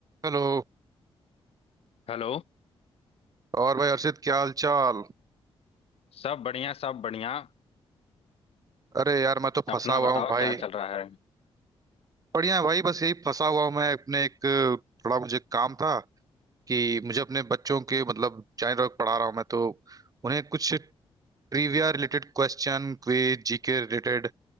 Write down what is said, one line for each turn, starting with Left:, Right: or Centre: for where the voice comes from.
Right: Hello
Left: Hello
Right: और भाई अर्षित क्या हाल चाल
Left: सब बढ़िया सब बढ़िया
Right: अरे यार मैं तो
Left: अपना
Right: फंसा हुआ
Left: बताओ
Right: हूँ भाई
Left: क्या चल रहा है
Right: बढ़िया है भाई बस यही फंसा हुआ हूँ मैं अपने एक थोड़ा मुझे काम था कि मुझे अपने बच्चों के मतलब चाइल्ड वर्क पढ़ा रहा हूँ मैं तो उन्हें कुछ trivia related question quiz GK related